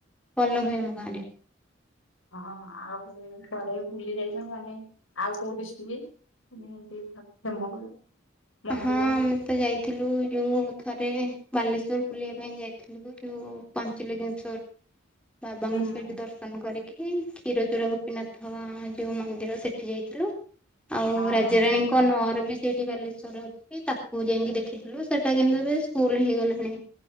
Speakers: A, in the centre; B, on the left.
A: ଭଲ ହୁଏ ଆମ ଗାଁ ରେ।
B: ହଁ, ଆଉ କୁଆଡ଼େ ବୁଲି ଯାଇଛନ୍ତି ମାନେ ଆଉ କୋଉ? <unintelligible> <unintelligible> ମନ୍ଦିର
A: ହଁ
B: ଆଉ
A: ତ ଯାଇଥିଲୁ ଯୋଉ ଥରେ ବାଲେଶ୍ଵର ବୁଲିବା ପାଇଁ ଯାଇଥିଲୁ ଯୋଉ ପାଞ୍ଚଲିଙ୍ଗେଶ୍ଵର। ବାବଙ୍କୁ
B: ହୁଁ
A: ସେଇଠି
B: ହୁଁ
A: ଦର୍ ଶନ କରିକି କ୍ଷୀରଚୋରା ଗୋପୀନାଥ ଯୋଉ ମନ୍ଦିର ସେଠି ଯାଇଥିଲୁ। ଆଉ
B: ହଁ
A: ରାଜରାଣୀଙ୍କ
B: ହଁ।
A: ନଅର ବି ସେଠି ବାଲେଶ୍ୱର ରେ ଅଛି ତାକୁ ଯାଇକି ଦେଖିଥିଲୁ। ସେଟା କିନ୍ତୁ ଏବେ ସ୍କୁଲ ହେଇ ଗଲାଣି।